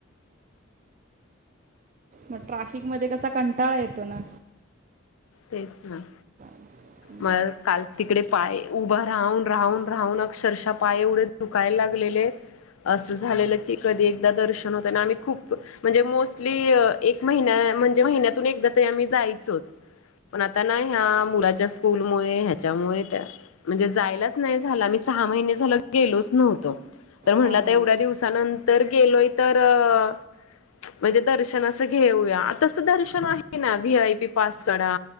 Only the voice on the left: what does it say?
तेच ना.
म काल तिकडे पाय उभा राहून राहून राहून अक्षरशः पाय एवढे दुकायला लागलेले- असं झालेलं की कधी एकदा दर्शन होतं आणि आम्ही खूप- म्हणजे मोस्टली एक महिन्या म्हणजे महिन्यातून एकदा तरी आम्ही जायचोच. पण आता ना ह्या मुलाच्या स्कूलमुळे, ह्याच्यामुळे त्या- म्हणजे जायलाच नाही झाल. आम्ही सहा महिने झाले गेलोच नव्हतो. तर म्हटलं
तर
एवढ्या दिवसा- नंतर गेलोय तर- म्हणजे दर्शन असं घेऊया. तसं दर्शन आहे ना व्ही आय पी पास काढा.